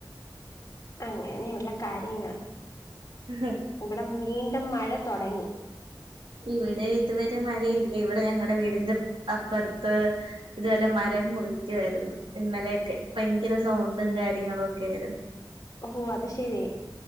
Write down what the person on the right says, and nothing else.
ഇഹ്
ഇവിടെ ഇതുവരെ മഴയില്ല ഇവിടെ ഞങ്ങടെ വീടിന്റെ അപ്പർത്ത് ഇതുപോലെ മരംമുറിക്കുവായിരുന്നു. ഇന്നലെയൊക്കെ ഭയങ്കരസൗണ്ടും കാര്യങ്ങളും ഒക്കെ ആയിരുന്നു.